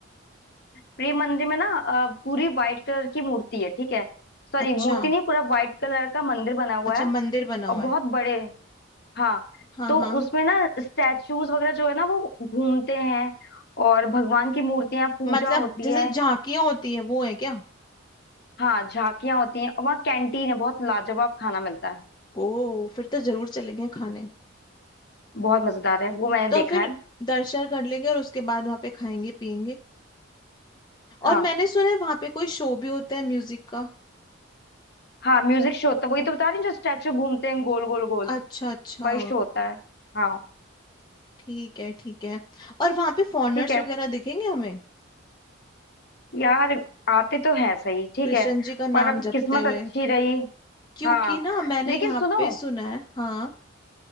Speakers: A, on the left (about 55°); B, on the left (about 20°).
A: प्रेम मंदिर में ना अ, पूरी व्हाइट कलर की मूर्ति है ठीक है सॉरी
B: अच्छा
A: मूर्ति नहीं पूरा व्हाइट कलर का मंदिर बना हुआ
B: अच्छा
A: है
B: मंदिर बना हुआ
A: और बहुत
B: है
A: बड़े हाँ
B: हाँ
A: तो
B: हाँ
A: उसमें ना स्टैचूज वगैरह जो है ना वो घूमते हैं और भगवान की मूर्तियां पूजा
B: मतलब
A: होती
B: जैसे
A: है
B: झांकियाँ होती है वो है क्या
A: हाँ झांकियां होती हैं और वहाँ कैंटीन है बहुत लाजवाब खाना मिलता है
B: ओ फिर तो जरूर चलेंगे खाने
A: बहुत मजेदार है वो मैंने
B: तो
A: देखा
B: फिर
A: है
B: दर्शन कर लेंगे और उसके बाद वहाँ पे खाएंगे पियेंगे और
A: हाँ
B: मैंने सुना है वहाँ पे कोई शो भी होता है म्यूजिक का
A: हाँ म्यूजिक शो होता है वही तो बता रही हूँ, जो स्टैचू घूमते हैं गोल गोल गोल
B: अच्छा अच्छा
A: वही शो होता है हाँ
B: ठीक है ठीक है और वहां पे फॉरेनर्स
A: ठीक है
B: वगैरह दिखेंगे हमें
A: यार आते तो है सही ठीक
B: कृष्ण
A: है
B: जी का
A: पर
B: नाम
A: अब
B: जपते
A: किस्मत
B: हुए
A: अच्छी रही
B: क्योंकि
A: हाँ
B: ना मैंने
A: लेकिन
B: यहाँ
A: सुनो
B: पे सुना है हाँ